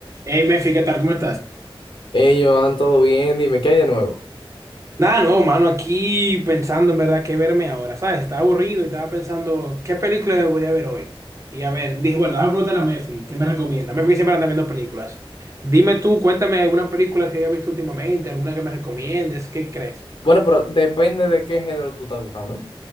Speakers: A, on the right; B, on the left.
A: Hey, Mefi, ¿qué tal? ¿Cómo estás?
B: Ellos Joan, ¿todo bien? Dime, ¿qué hay de nuevo?
A: Nada, no, mano, aquí pensando en verdad qué verme ahora, ¿sabes? Estaba aburrido y estaba pensando qué película me podía ver hoy. Y a ver, dije, bueno, déjame preguntarle a Mefi, ¿qué me recomienda? Mefi que siempre anda viendo películas. Dime tú, cuéntame alguna película que hayas visto últimamente, alguna que me recomiendes, ¿qué crees?
B: Bueno, pero depende de qué género tú estás buscando.